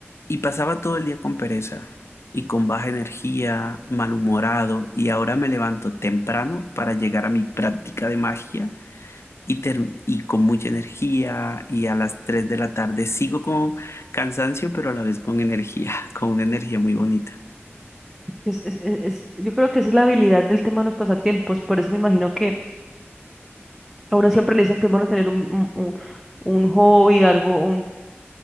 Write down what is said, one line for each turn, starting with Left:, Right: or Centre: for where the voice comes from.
Left: y pasaba todo el día con pereza y con baja energía, malhumorado, y ahora me levanto temprano para llegar a mi práctica de magia y, ter- y con mucha energía y a las 3 de la tarde sigo con cansancio, pero a la vez con energía, <laughs> con una energía muy bonita.
Centre: Es, es- es- es- yo creo que esa es la habilidad del tema de los pasatiempos, por eso me imagino que a uno siempre le dicen que es bueno tener un, un- un- un hobby, algo, un